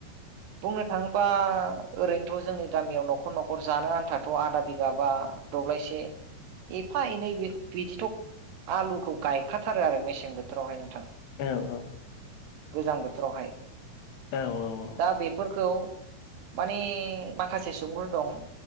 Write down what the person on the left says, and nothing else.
औ औ।
औ औ औ।